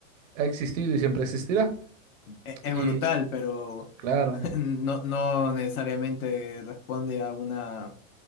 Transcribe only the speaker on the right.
ha existido y siempre existirá.
Y
claro,